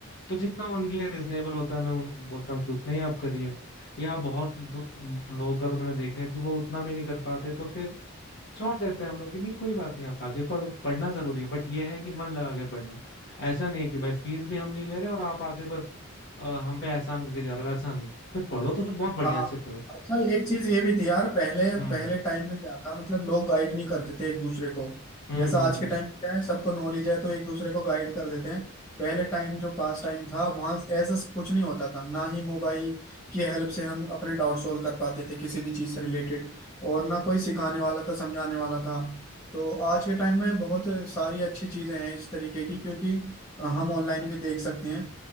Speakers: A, on the left; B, on the left.
A: तो जितना उनके लिए रिजनेबल होता है मैं उन, बोलता हूँ कि उतना ही आप करिए या बहुत दो- लोगों का तो मैंने देखा है कि वो उतना भी नहीं कर पाते तो फिर छोड़ देते हैं हम लोग कि नहीं कोई बात नहीं आप आगे पढ़ो पढ़ना जरूरी है बट ये है कि मन लगा के पढ़ना ऐसा नहीं कि भाई फीस भी हम नहीं ले रहे और आप आके बस अ, हम पे एहसान करके जा रहे हो ऐसा नहीं फिर पढ़ो तो फिर बहुत बढ़िया
B: हाँ
A: से पढ़ो
B: अच्छा एक चीज ये भी थी यार पहले
A: हम्म
B: पहले टाइम में क्या था मतलब लोग गाइड नहीं करते थे एक दूसरे को
A: हम्म
B: जैसा
A: हम्म
B: आज के
A: हम्म।
B: टाइम क्या है सबको नॉलेज है तो एक दूसरे को गाइड कर देते हैं पहले टाइम जो पास टाइम था वहाँ ऐसा कुछ नहीं होता था ना ही मोबाइल की हेल्प से हम अपने डाउट सॉल्व कर पाते थे किसी भी चीज से रिलेटेड और ना कोई सिखाने वाला था समझाने वाला था तो आज के टाइम में बहुत सारी अच्छी चीजें हैं इस तरीके की क्योंकि हम ऑनलाइन भी देख सकते हैं